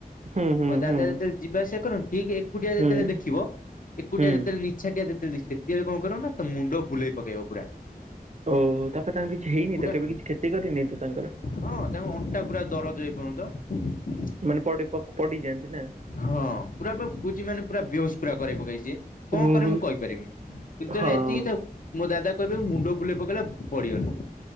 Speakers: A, on the right; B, on the left.
A: ହୁଁ ହୁଁ
B: ମୋ ଦାଦା
A: ହୁଁ
B: ଯେତେବେଳେ ଯିବା ଆସିବା କରନ୍ତି ଠିକ୍ ଏକୁଟିଆ ଯେତେବେଳେ
A: ହୁଁ
B: ଦେଖିବ ଏକୁଟିଆ
A: ହୁଁ
B: ଯେତେବେଳେ ନିଛାଟିଆ ଯେତେବେଳେ ଦେଖି ସେତେବେଳେ କଣ କରିବ ନା ତା ମୁଣ୍ଡ ବୁଲେଇ ପକେଇବ ପୁରା।
A: ଓ ହୁ ତାପରେ ତାଙ୍କର କିଛି ହେଇନି
B: ପୁରା
A: ତ କେବେ କିଛି କ୍ଷତି କରିନି ତ ତାଙ୍କର?
B: ହଁ ତାଙ୍କ ଅଣ୍ଟା ପୁରା ଦରଜ ଏ ପର୍ଯ୍ୟନ୍ତ।
A: ମାନେ ପଡି ପଡିଯାଆନ୍ତି ନା।
B: ହଁ ପୁରା ପା କହୁଛି ମାନେ ପୁରା ବେହୁସ୍ ପୁରା କରେଇପକେ ସେ କଣ
A: ଓହୋ
B: କରେ ମୁଁ କହିପାରିବିନି। କିନ୍ତୁ
A: ହଁ
B: ହେଲେ ଏତିକି ଥାଉ ମୋ ଦାଦା କହିବେ ମୁଣ୍ଡ ବୁଲେଇ ପକେଇଲା ପଡିଗଲି।